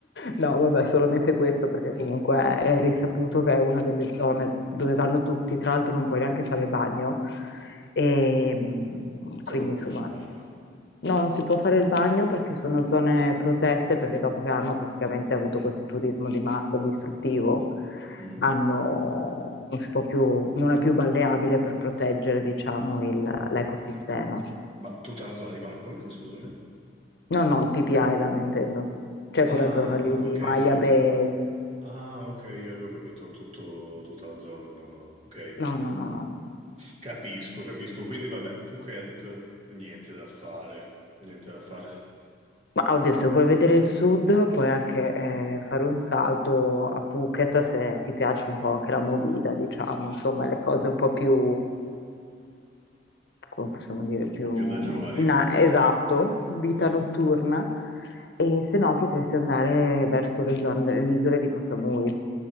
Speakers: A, on the left (about 65°); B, on the right (about 35°).
A: No, vabbè, solamente questo perché comunque è risaputo che è una delle zone dove vanno tutti, tra l'altro non puoi neanche fare il bagno, e mm,
B: Come
A: quindi
B: non puoi
A: insomma
B: fare il bagno?
A: No, non si può fare il bagno perché sono zone protette, perché dopo che hanno praticamente avuto questo turismo di massa distruttivo,
B: Mm?
A: hanno, non si può più, non è più balneabile per proteggere, diciamo, il- l'ecosistema.
B: Ma tutta la zona di Bangkok, scusami.
A: No, no, PP Island intendo. C'è
B: Ah,
A: quella zona lì di
B: ok,
A: Maya
B: io avevo,
A: Bay.
B: ca- ah, ok, io avevo capito tutto, tutta la zona. No, no, ok.
A: No, no, no, no.
B: Capisco, capisco. Quindi, vabbè, Phuket, niente da fare. Niente da fare.
A: Ma oddio, se vuoi vedere il sud, puoi anche eh, fare un salto a Phuket se ti piace un po' anche la movida, diciamo, insomma, le cose un po' più, come possiamo dire,
B: Un
A: più...
B: po' più da giovani.
A: na- esatto, vita
B: Mm,
A: notturna. E se no potresti andare verso le zone, delle isole di Koh Samui,